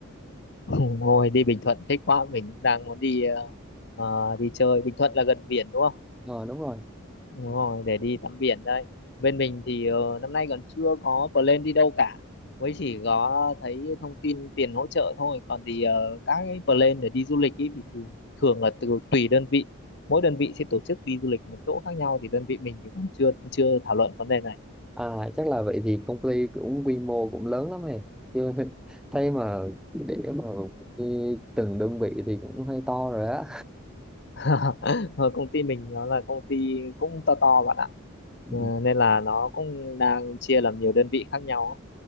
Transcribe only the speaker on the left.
<laughs> ngồi đi Bình Thuận thích quá mình cũng đang muốn đi ờ, ờ, đi chơi Bình Thuận là gần biển đúng không
Đúng rồi, để đi tắm biển đây. Bên mình thì ờ, năm nay còn chưa có plan đi đâu cả. Mới chỉ có thấy thông tin tiền hỗ trợ thôi. Còn thì ờ, các cái plan để đi du lịch ý thì thường, thường là từ tùy đơn vị. Mỗi đơn vị sẽ tổ chức đi du lịch một chỗ khác nhau thì đơn vị mình thì còn chưa chưa thảo luận vấn đề này.
<laughs> Ờ, Công ty mình nó là công ty cũng to to bạn ạ.
Ờ, nên là nó cũng đang chia làm nhiều đơn vị khác nhau. ấy.